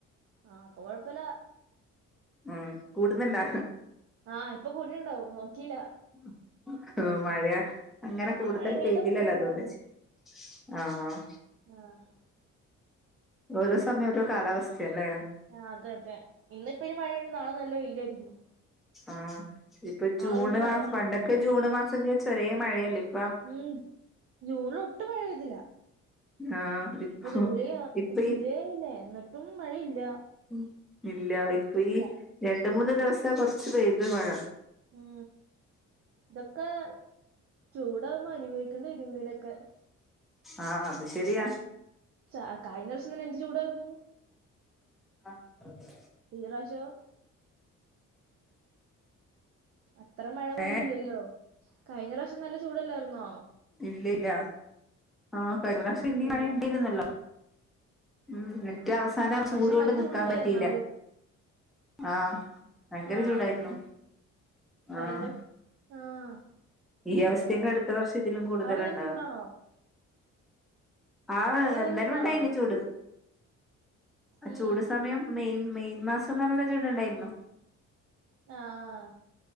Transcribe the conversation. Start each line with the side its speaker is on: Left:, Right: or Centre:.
Right: ആ ഇപ്പ കൊഴപ്പെല്ല.
Centre: മ് കൂടുന്ന്ണ്ട?
Right: ആഹ് ഇപ്പ കൂടിട്ട്ണ്ടാവും നോക്കില്ല.
Centre: <unintelligible> മഴ അങ്ങനെ
Right: ആ
Centre: കൂടുതൽ
Right: മഴ പെയ്താ
Centre: പെയ്തില്ലല്ലോ
Right: കൂടും എന്തായാലും
Centre: അതോണ്ട് ച്ച ആഹ്
Right: ആഹ്
Centre: ഓരോ സമയം ഓരോ കാലാവസ്ഥയാല്ലേ.
Right: ആഹ് അതെ അതെ ഇന്നിപ്പ ഇനി മഴയാണെ നാളെ നല്ല വെയിലായിര്ക്കും.
Centre: ആഹ് ഇപ്പ ജൂണ്
Right: കഴിഞ്ഞ്
Centre: മാസം
Right: മഴ
Centre: പണ്ടെക്കെ ജൂണ് മാസം ചോയിച്ചാൽ ഒരേ മഴയല്ലേ ഇപ്
Right: മ് ജൂണിൽ ഒട്ടും മഴ പെഴ്തില്ല.
Centre: ആഹ് ഇപ്പൊ
Right: ഇപ്പ ജൂലൈ ആ
Centre: ഇപ്പ
Right: ജൂലൈല്ലേ
Centre: ഈ
Right: എന്നിട്ടും മഴയില്ല.
Centre: മ് ഇല്ല ഇപ്പ ഈ
Right: ഇല്ല.
Centre: രണ്ട് മൂന്ന് ദിവസം കൊറച്ച് പെയ്ത് മഴ.
Right: മ് ഇതൊക്കെ ചൂടാവുമ്പോ അനുഭവിക്കേണ്ടി വരും ഇതിനൊക്കെ.
Centre: ആഹ് അത് ശെരിയാ.
Right: ച കഴിഞ്ഞ പ്രാവശ്യം തന്നെ എന്ത് ചൂടായിരുന്നു.
Centre: ആഹ്
Right: ഈ പ്രാവിശ്യോ? അത്ര മഴ പോലും
Centre: ഏഹ്
Right: ഇല്ലല്ലോ, കഴിഞ്ഞ പ്രാവ്ശ്യം നല്ല ചൂടല്ലായിരുന്നോ.
Centre: ഇല്ലില്ല ആഹ് കയിഞ്ഞ പ്രാവശ്യം ഇന്നി
Right: ഉം
Centre: മഴണ്ടെര്ന്നല്ലോ. ഉം ന്ന്ട്ട് അവസാനം
Right: ആ
Centre: ചൂടോണ്ട്
Right: പക്ഷെ നല്ല
Centre: നിക്കാൻ
Right: ചൂടുണ്ടായി
Centre: പറ്റിയില്ല,
Right: എന്നാലും
Centre: ആഹ് ഭയങ്കര
Right: ആഹ്
Centre: ചൂടായിരുന്നു
Right: ഭയങ്കര
Centre: ആഹ്
Right: ആഹ്
Centre: ഈ അവസ്ഥ തന്നെ അടുത്ത വർഷം കൂടുതലുണ്ടാവാ.
Right: അവിടെ നല്ല ചൂടാണോ
Centre: ആഹ്
Right: അവിടെ
Centre: എല്ലാരും
Right: നല്ല ചൂടാണോ
Centre: ഇണ്ടായിന് ചൂട്, ആ
Right: ഉം
Centre: ചൂട് സമയം മെയ് മാ മെയ് മാസം നല്ല ചൂട് ഇണ്ടായിരുന്നു.
Right: ആഹ്